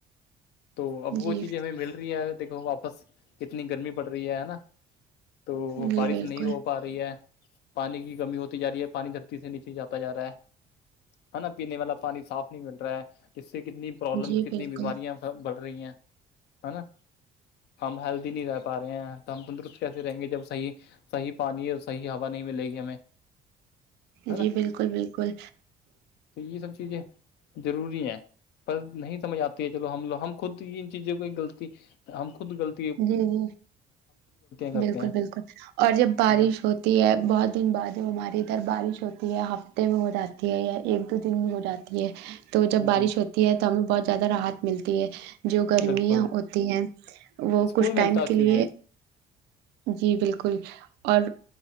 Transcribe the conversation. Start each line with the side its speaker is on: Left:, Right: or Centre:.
Left: تو اب وہ
Right: جی
Left: چیزیں ہمیں مل رہی ہے دیکھو واپس کتنی گرمی پڑ رہی ہے ہے نا تو
Right: جی
Left: بارش
Right: بالکل
Left: نہیں ہو پا رہی ہے پانی کی کمی ہوتی جا رہی ہے پانی دھرتی سے نیچے جاتا جا رہا ہے ہے نا پینے والا پانی صاف نہیں مل رہا ہے اس سے کتنی پرابلم
Right: جی
Left: کتنی
Right: بالکل
Left: بیماریاں سب بڑھ رہی ہیں ہے نا ہم ہیلدی نہیں رہ پا رہے ہیں تو ہم تندرست کیسے رہیں گے جب صحیح صحیح پانی اور صحیح ہوا نہیں ملے گی ہمیں ہے
Right: جی
Left: نا
Right: بالکل بالکل
Left: تو یہ سب چیزیں ضروری ہیں بس نہیں سمجھ آتی ہے چلو ہم لو ہم خود ان چیزوں کو غلطی ہم خود غلط
Right: جی جی
Left: کرتے
Right: بالکل
Left: ہیں
Right: بالکل اور جب بارش
Left: ہے نا
Right: ہو ہوتی ہے بہت دن بعد ہماری ادھر بارش ہوتی ہے ہفتے میں ہو جاتی ہے یا ایک دو دن میں ہو جاتی یہ تو جب بارش
Left: جی
Right: ہوتی ہے تب ہمیں بہت زیادہ راحت ملتی ہے جو گرمیاں
Left: بالکل
Right: ہوتی ہیں وہ
Left: سکون
Right: کچھ
Left: ملتا
Right: ٹائم
Left: ہے اس
Right: کے لیے
Left: چیز
Right: جی بالکل اور